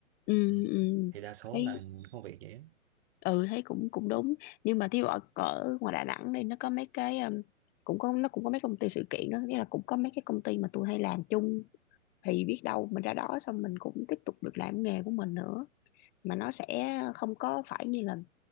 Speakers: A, on the left; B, on the right.
A: ừ
B: ừ.
A: ừ
B: thì đa số
A: Thấy
B: là những công việc vậy á.
A: ừ thấy cũng cũng đúng nhưng mà thí dụ ở, ở ngoài Đà Nẵng đây nó có mấy cái um, cũng có nó cũng có mấy công ty sự kiện đó nghĩa là cũng có mấy cái công ty mà tôi hay làm chung thì biết đâu mình ra đó xong mình cũng tiếp tục được làm nghề của mình nữa mà nó sẽ không có phải như là